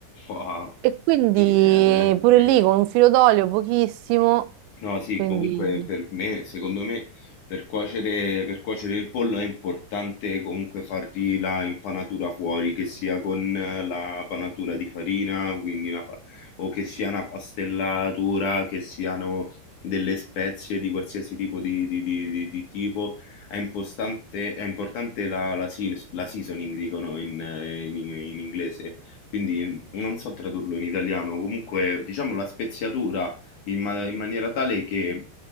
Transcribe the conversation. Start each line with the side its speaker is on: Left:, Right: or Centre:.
Left: Wow,
Right: E quindi
Left: sì che è veramente...
Right: pure lì con un filo d'olio pochissimo,
Left: No, sì,
Right: quindi...
Left: comunque per me, secondo me, per cuocere, per cuocere il pollo è importante comunque fargli la impanatura fuori, che sia con eh, la panatura di farina, quindi una pa- o che sia una pastellatura, che siano delle spezie di qualsiasi tipo di, di- di- di- di tipo. È impostante- è importante la, la seas- la seasoning, dicono in eh, in- in inglese, quindi non so tradurlo in italiano, comunque diciamo la speziatura in, ma- in maniera tale che